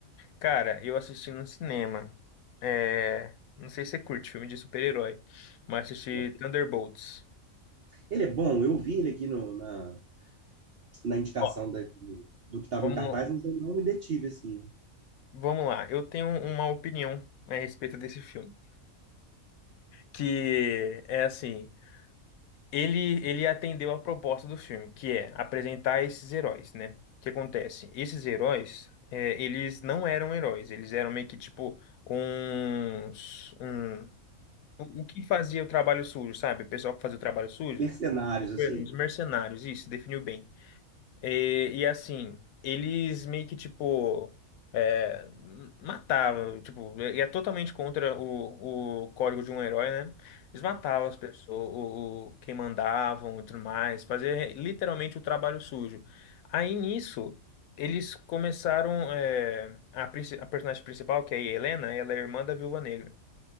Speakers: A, on the left; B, on the right.
A: cara, eu assisti no cinema. É, não sei se você curte filme de super-herói, mas assisti
B: Não.
A: Thunderbolts.
B: Ele é bom, eu vi ele aqui no- na, na indicação
A: Ó,
B: da- do que estava
A: Vamos,
B: em cartaz, mas eu não me detive, assim.
A: vamos lá. Eu tenho uma opinião a respeito desse filme, que é assim. Ele, ele atendeu a proposta do filme, que é apresentar esses heróis, né? O que acontece? Esses heróis, é, eles não eram heróis, eles eram meio que tipo uns, um, o o que fazia o trabalho sujo, sabe? O pessoal que fazia o trabalho sujo,
B: Mercenários,
A: os
B: assim,
A: mercenários, isso, definiu bem. E, e, assim, eles meio que, tipo, é, matavam, tipo, e é totalmente contra o, o código de um herói, né? Eles matavam as pessoas, o, o- quem mandavam e tudo mais, fazia literalmente o trabalho sujo. Aí nisso, eles começaram, é, a, princi- a personagem principal, que é a Helena, ela é irmã da Viúva Negra